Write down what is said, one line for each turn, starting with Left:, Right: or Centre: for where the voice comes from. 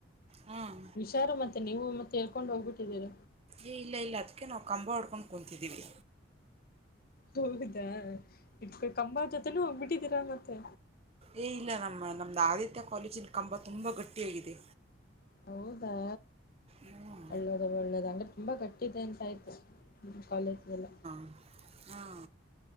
Right: ಹಾಂ
Left: ಹುಷಾರು ಮತ್ತೆ ನೀವು ಮತ್ತೆ ತೇಳ್ಕೊಂಡು ಹೋಗ್ಬಿಟ್ಟಿದ್ದೀರ
Right: ಏ ಇಲ್ಲ ಇಲ್ಲ ಅದಕ್ಕೆ ನಾವು ಕಂಬ ಹುಡ್ಕೊಂಡು ಕುತಿದ್ದೀವಿ
Left: ಹೌದಾ ಇಟ್ಕ ಕಂಬ ಜೊತೆನೂ ಹೋಗ್ಬಿಟ್ಟಿದ್ದೀರಾ ಮತ್ತೆ
Right: ಏ ಇಲ್ಲ ನಮ್ಮ ನಮ್ಮ್ದ ಆದಿತ್ಯ ಕಾಲೇಜಿನ ಕಂಬ ತುಂಬ ಗಟ್ಟಿಯಾಗಿದೆ.
Left: ಹೌದಾ...
Right: ಹ್ಞೂ
Left: ಒಳ್ಳದ ಒಳ್ಳೇದು ಅಂದ್ರೆ ತುಂಬಾ ಗಟ್ಟಿದೆ ಅಂತಾಯ್ತು ಕಾಲೇಜ ಎಲ್ಲ
Right: ಹ್ಮ